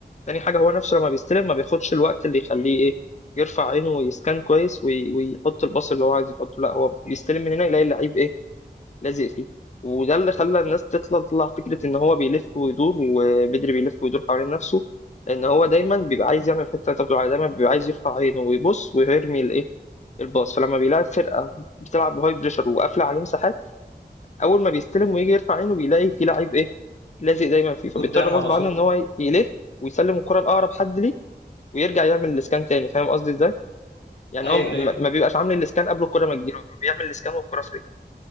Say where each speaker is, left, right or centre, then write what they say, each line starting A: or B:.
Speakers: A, on the left; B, on the left.
A: تاني حاجه هو نفسه لما بيستلم ما بياخدش الوقت اللي يخليه ايه يرفع عينه ويسكان كويس وي... ويحط الباص اللي هو عايز يحطه لا هو بيستلم من هنا يلاقي اللعيب ايه لازق فيه وده اللي خلى الناس تطلع تطلع فكره ان هو بيلف ويدور وبدري بيلف ويدور حوالين نفسه ان هو دايما بيبقى عايز يعمل الحته اللي انت بتقول عليها دايما بيبقى عايز يرفع عينه ويبص ويرمي الايه الباص فلما بيلاعب فرقه بتلعب بهاي بريشر وقافله عليه مساحات اول ما بيستلم ويجي يرفع عينه بيلاقي في لعيب ايه لازق دايما فيه فبيضطر
B: قدامه
A: غصب
B: على طول
A: عنه ان هو يلف ويسلم الكره لاقرب حد ليه ويرجع يعمل الاسكان تاني فاهم قصدي ازاي يعني
B: ايوه
A: هو ما
B: ايوه
A: ما بيبقاش عامل الاسكان قبل الكره ما تجيله هو بيعمل الاسكان والكره في رجله